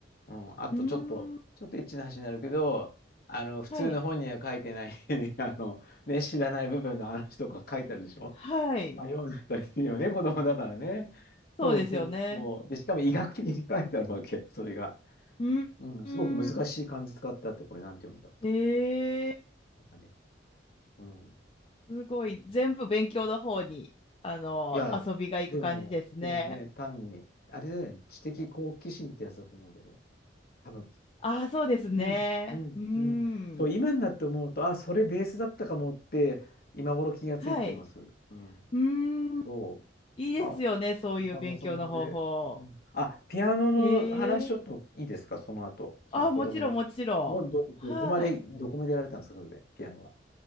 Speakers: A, on the left; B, on the left.
A: うん、あとちょっと、
B: うーん。
A: ちょっとエッチな話になるけど、あの、
B: はい。
A: 普通の本には書いてない <laughs> あの、ね、知らない部分の話とか書いてあるでしょ
B: はい。
A: 迷うんだったりするよね、子供だからね。
B: そうですよね。
A: そうそうそう。で、しかも医学的に書いてあるわけ、それが。
B: うん。
A: うん、
B: うん
A: すごく難しい漢字使ってあと、これなんて読むんだ
B: へえ、
A: とかね。うん。
B: すごい。全部勉強の方に、あの、
A: いや、
B: 遊びが行く感じですね。
A: でも、でもね、単に、あれだよね、知的好奇心ってやつだと思うけど、多分。
B: ああ、そうですね。
A: うん、うん、
B: うーん。
A: うん。そう、今になって思うと、あ、それベースだったかもって、今頃気がついてます。
B: はい。
A: うん。
B: うーん。
A: そう。
B: いいですよね、
A: あ、おかげさまで。
B: そういう勉強の方法。
A: うん、あ、ピアノの話ちょっといいですか、
B: へえ。
A: その後、その子供の。
B: あ、もちろん、もちろん。
A: もうど、
B: はい。
A: どこまで、どこまでやられたんですか、それで、ピアノは。